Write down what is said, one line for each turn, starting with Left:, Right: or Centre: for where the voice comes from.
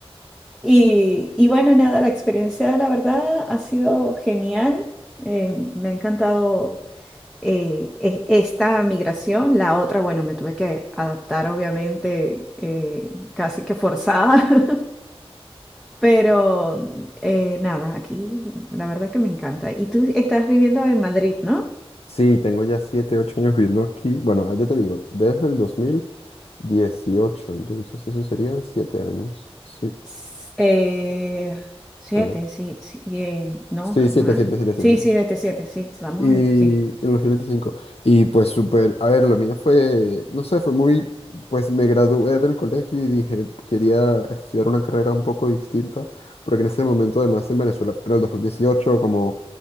Centre: Y, y bueno, nada, la experiencia, la verdad, ha sido genial. Eh, me ha encantado eh, e- esta migración. La otra, bueno, me tuve que adaptar, obviamente, eh, casi que forzada. <laughs> Pero eh, nada, aquí la verdad que me encanta. Y tú estás viviendo en Madrid, ¿no?
Left: Sí, tengo ya 7, 8 años viviendo aquí. Bueno, ah, ya te digo, desde el dos mil dieciocho. entonces eso serían 7 años. Sí,
Centre: S- eh, siete,
Left: a ver.
Centre: sí, sí, eh, no,
Left: Sí,
Centre: ca-
Left: siete,
Centre: más.
Left: siete, siete. 7,
Centre: Sí, sí, desde siete, sí, estamos
Left: Y
Centre: en, sí,
Left: en dos mil veinticinco Y pues súper, a ver, lo mío fue, no sé, fue muy, pues me gradué del colegio y dije, quería estudiar una carrera un poco distinta, porque en ese momento además en Venezuela era el 2018 como